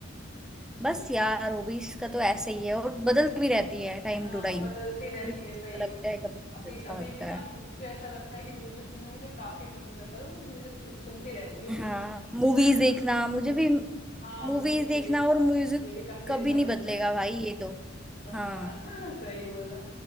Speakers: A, on the left; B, in the centre.
A: हम्म
B: बस यार हॉबीज का तो ऐसे ही है और बदलती भी रहती है टाइम
A: हाँ
B: टू टाइम
A: बदलती रहती
B: कभी कुछ
A: है सही
B: अच्छा
A: बात
B: लगता है कभी कुछ
A: अभी
B: अच्छा
A: अभी
B: लगता
A: भी ना
B: है
A: मुझे ऐसा लगता है कि म्यूजिक सुनना मुझे काफी पसंद आता है तो मैं म्यूजिक सुनती रहती हूँ बीच
B: हाँ
A: में
B: मूवीज
A: कितना भी
B: देखना
A: कोई कुछ
B: मुझे
A: बोले
B: भी
A: हाँ
B: मूवीज
A: मूवीज
B: देखना
A: देखना
B: और म्यूजिक
A: ये भी काफी
B: कभी
A: अच्छा
B: नहीं
A: लगता
B: बदलेगा
A: है
B: भाई ये तो
A: हाँ
B: हाँ
A: <laughs> सही बोला